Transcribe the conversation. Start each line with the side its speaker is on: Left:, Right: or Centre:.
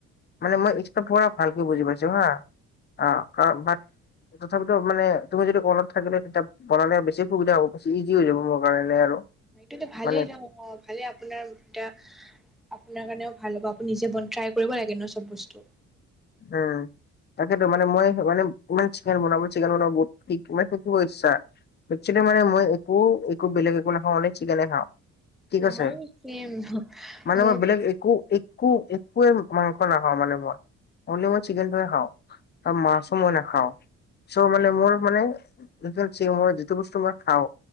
Left: মানে মই পুৰা ভালকে বুজি পাইছো হা অ কাৰ বাট তথাপিটো মানে তুমি যদি কনত থাকিলে তেতিয়া বনালে বেছি সুবিধ হব বেছি ইজি হৈ যাব মোৰ। কাৰণে আৰু
Centre: এইটোতো ভালেই
Left: মানে
Centre: ন ভালেই আপোনাৰ এতিয়া আপোনাৰ কাৰণেও ভাল হ'ব আপুনি নিজে বন ট্ৰাই কৰিব লাগে ন চব বস্তু
Left: উম তাকেইতো মানে মই মানে ইমান চিকেন বনাব চিকেন বনাব বহুত শিক মানে শিকিব ইচ্ছা একচোৱেলি মানে মই <unintelligible> একো বেলেগ একো নাখাওঁ অনলি চিকেনে খাওঁ কি
Centre: অ
Left: কৈছে
Centre: মই চেম
Left: মানে
Centre: মোৰ
Left: মই বেলেগ একো এক কো একোৱে মাংস নাখাওঁ মানে মই। অনলি মই চিকেনটোৱে খাওঁ। ত মাছো মই নাখাও। ছো মানে মোৰ মানে, <unintelligible> মই যিটো বস্তু মই খাওঁ